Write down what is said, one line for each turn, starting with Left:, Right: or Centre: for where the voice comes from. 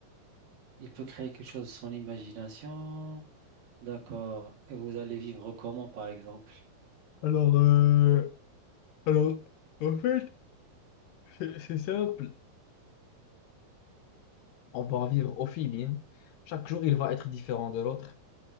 Right: il peut créer quelque chose, son imagination. D'accord. Et vous allez vivre comment, par exemple?
Left: Alors, euh, alors, en fait, c'est c'est simple. On va en vivre au feeling. Chaque jour, il va être différent de l'autre.